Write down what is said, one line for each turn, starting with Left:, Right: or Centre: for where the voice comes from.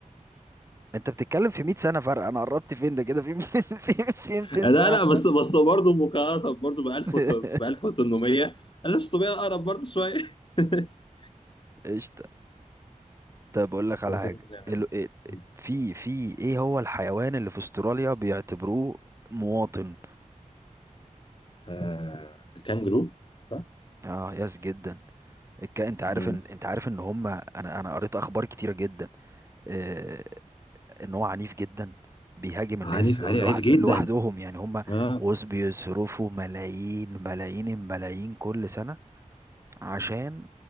Right: انت بتتكلم في 100 سنه فرق انا قربت فين ده كده في <laughs> 200 في في 200
Left: آه،
Right: سنه
Left: لا لا
Right: فرق
Left: بس بس برضه مقارنة برضه ب 1000
Right: <laughs>
Left: ب 1800 1600 أقرب برضه شوية <laughs>
Right: قشطه طب اقول لك على
Left: وده
Right: حاجه
Left: سبب كده يعني.
Right: ال... إيه-
Left: مم.
Right: في في ايه هو الحيوان اللي في استراليا بيعتبروه مواطن
Left: آه الكانجرو صح؟
Right: اه ياس جدا الك... انت عارف
Left: مم.
Right: ان انت عارف ان هم انا انا قريت اخبار كتيره جدا آه، ان هو عنيف جدا بيهاجم الناس
Left: عنيف
Right: لو-
Left: عنيف
Right: لوحد
Left: عنيف جدا
Right: لوحدهم يعني هم
Left: اه
Right: وز بيصرفوا ملايين ملايين الملايين كل سنة عشان